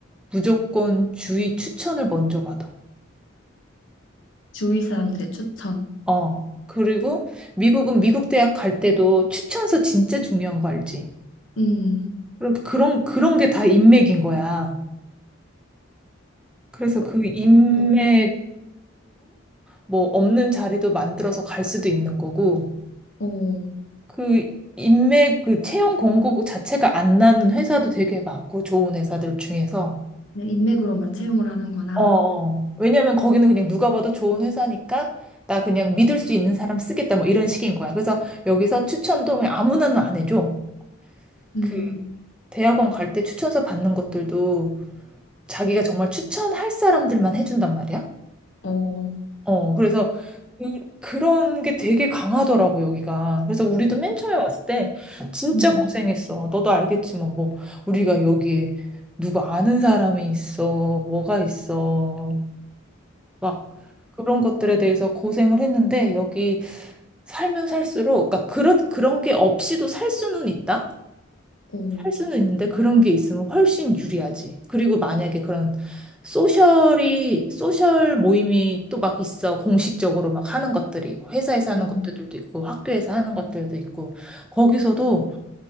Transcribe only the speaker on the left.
주위 사람들의 추천.
음.
어.
어.
어.
그냥 인맥으로만 채용을 하는구나.
음.
어.
음.
어.
음.